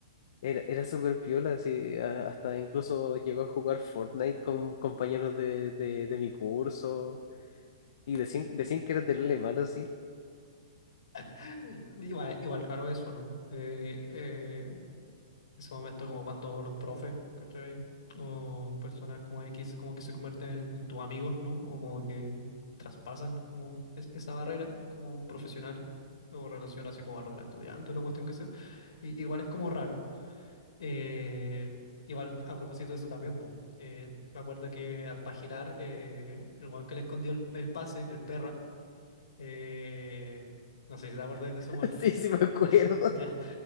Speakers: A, on the left (about 55°); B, on the left (about 80°).
A: Era, era súper piola, sí, a- hasta incluso llegó a jugar Fortnite con compañeros de, de, de mi curso y decían, decían que era terrible malo, sí.
B: <laughs> Igual, igual raro eso, ¿no? Eh, eh, ese momento como cuando los profes, ¿cachai? O personas como X, como que se convierten en tus amigos, ¿no? O como que traspasan como es- esa barrera como profesional o relación así como alumno-estudiante, la cuestión que sea. Y, igual es como raro. Eh, igual a propósito de eso también, po, eh, me acuerdo que al pagilar, eh, el weón que le escondió el, el pase, el perra, eh, no sé si te acordáis
A: <laughs>
B: de ese weón,
A: Sí, sí me acuerdo.
B: ya, <laughs> ya,